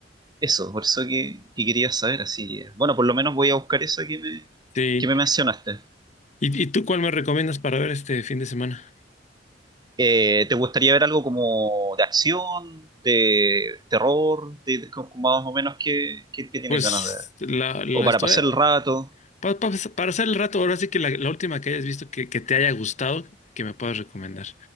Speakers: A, on the right; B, on the left.
A: eso, por eso que, que quería saber. Así que, bueno, por lo menos voy a buscar eso que me,
B: sí.
A: que me mencionaste.
B: ¿Y, y tú cuál me recomiendas para ver este fin de semana?
A: Eh, ¿te gustaría ver algo como de acción, de terror, de, de- como más o menos que, que, que tienes
B: Pues
A: ganas de ver?
B: la, la
A: O para
B: estoy,
A: pasar el rato.
B: pa- pa- para hacer el rato, ahora sí que la, la última que hayas visto que, que te haya gustado, que me puedas recomendar.